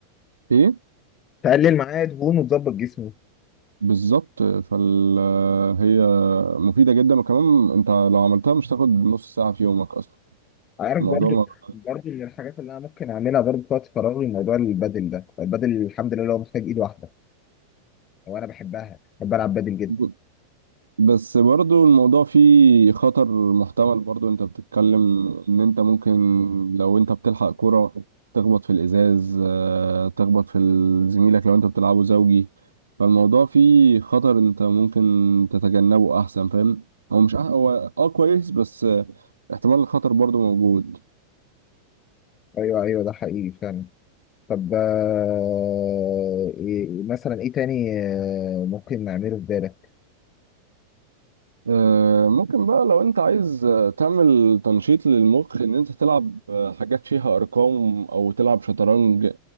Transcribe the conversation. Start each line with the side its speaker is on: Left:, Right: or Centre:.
Right: ايه
Left: تقلل معايا دهون وتظبط جسمي
Right: بالظبط فال هي مفيده جدا وكمان انت لو عملتها مش تاخد نص ساعه في يومك اصلا
Left: عارف
Right: الموضوع
Left: برضو برضو من الحاجات اللي انا ممكن اعملها برضو في وقت فراغي موضوع البادل ده البادل الحمد لله هو محتاج ايد واحده وانا بحبها بحب العب بادل جدا
Right: ما بس برضو الموضوع فيه خطر محتمل برضو انت بتتكلم ان انت ممكن لو انت بتلحق كرة تخبط في الازاز آه، تخبط في ال- زميلك لو انت بتلعبه زوجي فالموضوع فيه خطر انت ممكن تتجنبه احسن فاهم هو مش أح... هو اه كويس بس آه، احتمال الخطر برضو موجود
Left: ايوه ايوه ده حقيقي فعلا طب آه، إيه مثلا ايه تاني آه، ممكن نعمله في بالك
Right: آه، ممكن بقى لو انت عايز آه، تعمل تنشيط للمخ ان انت تلعب آه، حاجات فيها ارقام او تلعب شطرنج